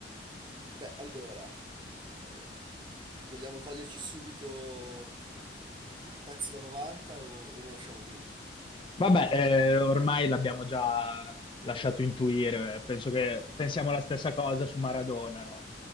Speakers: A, on the right; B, on the left.
A: Beh, allora, eh, vogliamo toglierci subito il, il pezzo da 90 o, o lo lasciamo per ultimo?
B: Vabbè, eh, ormai l'abbiamo già lasciato intuire, penso che pensiamo la stessa cosa su Maradona, no?